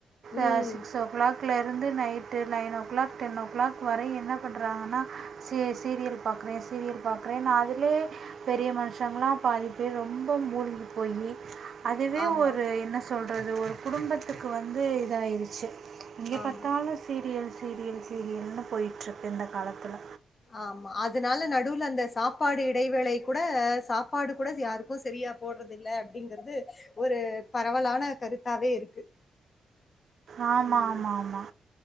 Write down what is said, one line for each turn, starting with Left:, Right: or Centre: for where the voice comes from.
Right: ஆ
Left: ம்.
Right: சிக்ஸ் ஓ கிளாக் லே லிருந்து night nine o'clock ten o'clock வரை என்ன பண்றாங்கன்னா சீ சீரியல் பாக்கறே சீரியல் பாக்கறேன்னு அது லயே பெரிய மனுஷங்கல்லா பாதிப்பேரு ரொம்ப மூழ்கிப் போயி அதுவே
Left: ஆமா.
Right: ஒரு என்ன சொல் றது ஒரு குடும்பத்துக்கு வந்து இதாயிருச்சு எங்க
Left: ஆமா.
Right: பாத்தாலு சீரியல் சீரியல் சீரியல்னு போய்ட்ருக்கு இந்த காலத்துல
Left: ஆமா அதனால நடுவுல அந்த சாப்பாடு இடைவேளை கூட சாப்பாடு கூட யாருக்கு செரியா போட்றது இல்ல அப்டிங்கறது ஒரு பரவலான கருத்தாக இருக்கு
Right: ஆமா
Left: ம்.
Right: ஆமா ஆமா